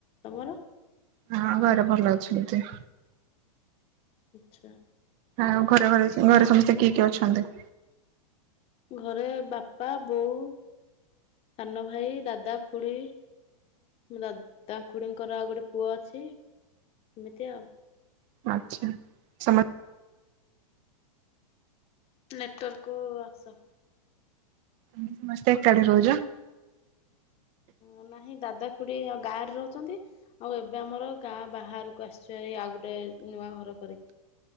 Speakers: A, on the left; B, on the right.
A: ତମର?
B: ହଁ ଘରେ ଭଲ ଅଛନ୍ତି।
A: ଆଚ୍ଛା।
B: ଆଉ ଘରେ ଘରେ ଘରେ ସମସ୍ତେ କିଏ କିଏ ଅଛନ୍ତି?
A: ଘରେ ବାପା ବୋଉ ସାନ ଭାଇ ଦାଦା ଖୁଡ଼ି। ମୋ ଦାଦା ଖୁଡ଼ିଙ୍କର ଆଉ ଗୋଟେ ପୁଅ ଅଛି ଏମିତି ଆଉ।
B: ଆଚ୍ଛା। ସମସ୍ତେ
A: ନେଟୱାର୍କକୁ ଆସ।
B: ତେ ସମସ୍ତେ ଏକାଠି ରହୁଛ।
A: ଆଁ ନାହିଁ ଦାଦା ଖୁଡି଼ ଆ ଗାଁରେ ରହୁଛନ୍ତି। ଆଉ ଏବେ ଆମର ଗାଁ ବାହାରକୁ ଆସିଛ ଆଉ ଗୋଟେ ନୂଆ ଘର କରିକି।